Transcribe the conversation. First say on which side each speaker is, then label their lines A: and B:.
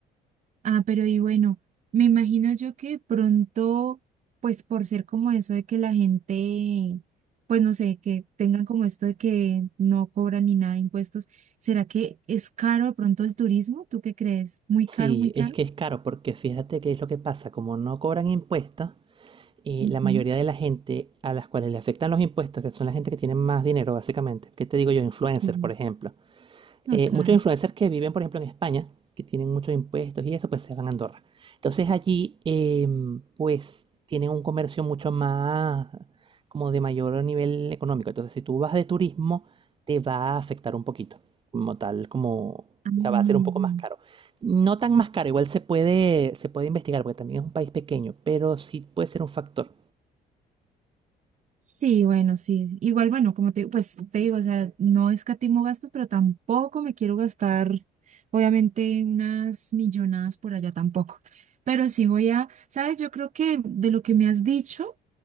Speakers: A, on the right; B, on the right.
A: Ah, pero y bueno, me imagino yo que pronto, pues por ser como eso de que la gente, pues no sé, que tengan como esto de que no cobran ni nada de impuestos, ¿será que es caro de pronto el turismo? ¿Tú qué crees? ¿Muy
B: Sí,
A: caro, muy caro?
B: es que es caro porque fíjate qué es lo que pasa. Como no cobran impuestos, eh,
A: Ujú,
B: la mayoría de la gente a las cuales le afectan los impuestos, que son la gente que tiene más dinero básicamente. ¿Qué te digo yo? Influencers,
A: sí, sí.
B: por ejemplo.
A: No,
B: eh,
A: claro.
B: muchos influencers que viven, por ejemplo, en España, que tienen muchos impuestos y eso, pues se van a Andorra. Entonces allí, em, pues, tienen un comercio mucho más, como de mayor nivel económico. Entonces, si tú vas de turismo, te va a afectar un poquito, como tal, como, o
A: Ah, me
B: sea, va a ser un poco
A: imagino.
B: más caro. No tan más caro, igual se puede, se puede investigar, porque también es un país pequeño, pero sí puede ser un factor.
A: Sí, bueno, sí. Igual, bueno, como te, pues te digo, o sea, no escatimo gastos, pero tampoco me quiero gastar, obviamente, unas millonadas por allá tampoco. Pero sí voy a, sabes, yo creo que de lo que me has dicho,